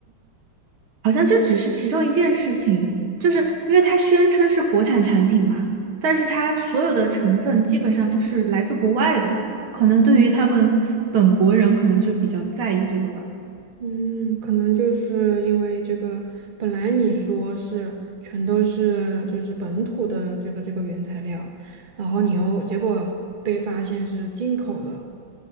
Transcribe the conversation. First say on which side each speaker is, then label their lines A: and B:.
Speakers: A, on the right; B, on the right.
A: 好像这只是其中一件事情，就是因为它宣称是国产产品嘛，但是它所有的成分基本上都是来自国外的，可能对于他们本国人可能就比较在意这个吧。
B: 嗯，可能就是因为这个，本来你说是全都是就是本土的这个这个原材料，然后你又结果被发现是进口的，